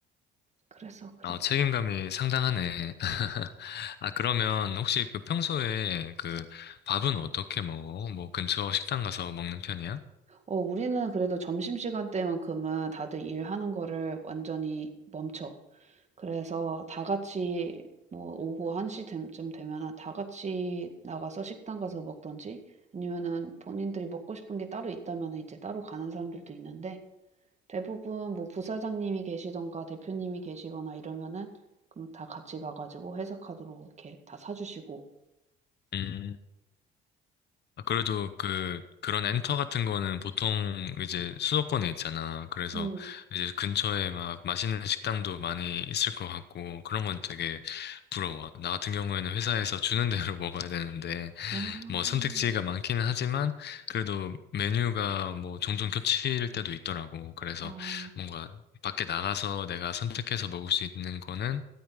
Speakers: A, on the right; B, on the left.
A: 그래서 그래.
B: 아, 책임감이 상당하네. <laughs> 아, 그러면 혹시 그 평소에 그 밥은 어떻게 먹어? 뭐 근처 식당 가서 먹는 편이야?
A: 어, 우리는 그래도 점심시간 때만큼은 다들 일하는 거를 완전히 멈춰. 그래서 다 같이 뭐 오후 1시쯤 되면은 다 같이 나가서 식당 가서 먹던지 아니면은 본인들이 먹고 싶은 게 따로 있다면 은 이제 따로 가는 사람들도 있는데 대부분 뭐 부사장님이 계시던가 대표님이 계시거나 이러면은 그럼 다 같이 가가지고 회사 카드로 이렇게 다 사주시고
B: 음, 아, 그래도 그 그런 엔터 같은 거는 보통 이제 수도권에 있잖아. 그래서
A: 음.
B: 이제 근처에 막 맛있는 식당도 많이 있을 것 같고 그런 건 되게 부러워. 나 같은 경우에는 회사에서 주는 대로 <laughs> 먹어야 되는데
A: 아.
B: 뭐 선택지가 많기는 하지만 그래도 메뉴가 뭐 종종 겹칠 때도 있더라고. 그래서
A: 아.
B: 뭔가 밖에 나가서 내가 선택해서 먹을 수 있는 거는